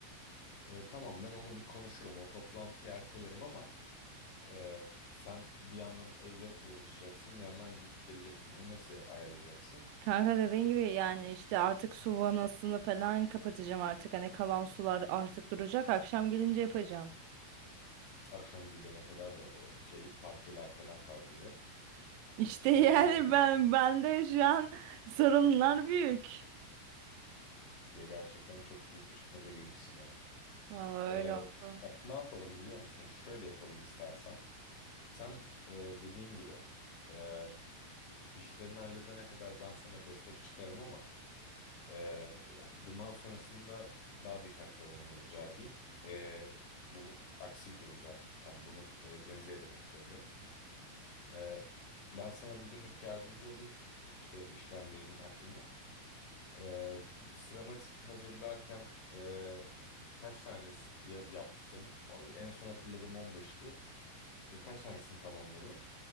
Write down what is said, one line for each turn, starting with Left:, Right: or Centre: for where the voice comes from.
Left: E, tamam ben onu bir konuşurum. O toplantıyı ertelerim ama e, sen bir yandan evle uğraşacaksın, bir yandan ge- geleceksin. Onu nasıl ayarlayacaksın?
Right: Kanka dediğin gibi yani işte artık su vanasını falan kapatacağım artık hani kalan sular artık duracak akşam gelince yapacağım.
Left: Akşam gidene kadar da o şey parkeler falan kalkacak.
Right: İşte
Left: Ee,
Right: yani ben bende şu an sorunlar büyük.
Left: ya gerçekten çok büyük bir çıkmaza girmişsin ya.
Right: Vallahi
Left: Ee,
Right: öyle oldu.
Left: bak ne yapalım biliyor musun? Şöyle yapalım istersen. Sen e, dediğin gibi e, işlerini halledene kadar ben sana destek çıkarım ama e, ya bundan sonrasında daha dikkatli olmanı rica edeyim. E, bu aksi bir durum zaten. Bunu e, tenzih ederek söylüyorum. E, ben sana bugünlük yardımcı olayım. İşte işlemlerin hakkında. E, sıramatik hazırlarken e, Kaç tanesi ya- yapmıştın? O- En son hatırladığım 15'ti. E, Kaç tanesini tamamladın?